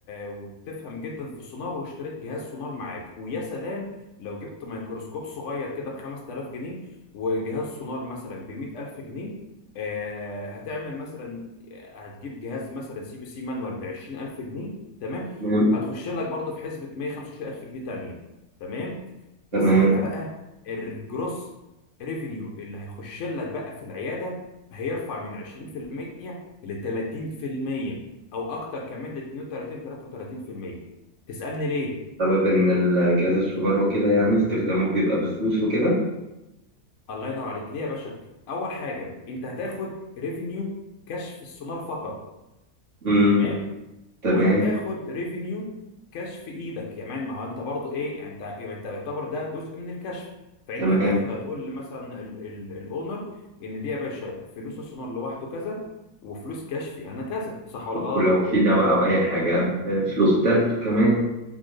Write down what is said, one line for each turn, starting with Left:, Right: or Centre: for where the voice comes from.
Left: وبتفهم جدا في السونار واشتريت جهاز سونار معاك ويا سلام لو جبت ميكروسكوب صغير كده ب 5000 جنيه وجهاز سونار مثلا ب 100000 جنيه آه هتعمل مثلا آه، هتجيب جهاز مثلا سي بي سي مانوال ب 20000 جنيه تمام
Right: تمام
Left: هتخش لك برضه في حسبه 125000 جنيه تانية تمام بس
Right: تمام
Left: هنا بقى الجروس ريفينيو اللي هيخش لك بقى في العياده هيرفع من 20% ل 30% او اكتر كمان ل 32 33% تسالني ليه؟
Right: بسبب إن الجهاز السولار وكده يعني استخدامه بيبقى بفلوس وكده
Left: الله ينور عليك ليه يا باشا؟ اول حاجه انت هتاخد ريفينيو كشف السونار فقط
Right: امم
Left: تمام
Right: تمام
Left: وهتاخد ريفينيو كاش في ايدك يعني ما هو انت برضو ايه انت انت يعتبر ده جزء من الكشف فانت
Right: تمام
Left: هتاخد هتقول مثلا الاونر ان دي يا باشا فلوس السونار لوحده كذا وفلوس كشفي انا كذا صح ولا غلط
Right: ولو في دواء أو أي حاجة بفلوس تالت كمان